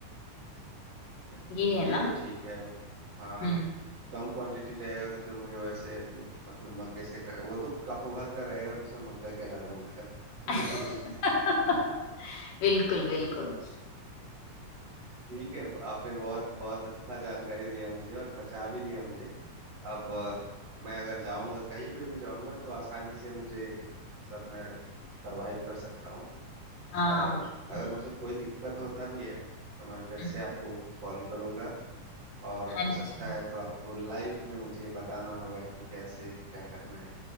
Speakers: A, on the right (about 55°); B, on the left (about 85°).
A: अच्छा
B: ये है
A: ये
B: ना
A: तो ठीक है हाँ
B: हम्म
A: कम क्वांटिटी रहेगा तो फिर मुझे वैसे म- मतलब मग्गे से कर, वो तो कप भर का रहेगा तो उसमें मग्गा क्या डालूंगा <laughs>
B: <laughs>
A: है ना
B: बिल्कुल बिल्कुल
A: ठीक है आपने बहुत बहुत अच्छा जानकारी दिया मुझे और बचा भी लिया मुझे अब अ, मैं अगर जाऊंगा कहीं पे भी जाऊंगा तो आसानी से मुझे मतलब मैं सरवाइव कर सकता हूँ
B: हाँ
A: और
B: बिल्कुल
A: अगर मुझे कोई दिक्कत होता भी है तो मैं फिर
B: हम्म,
A: से आपको कॉल करूंगा और
B: हाँ
A: हो सकता
B: जी
A: है तो आपको लाइफ में मुझे बताना होगा कि कैसे क्या करना है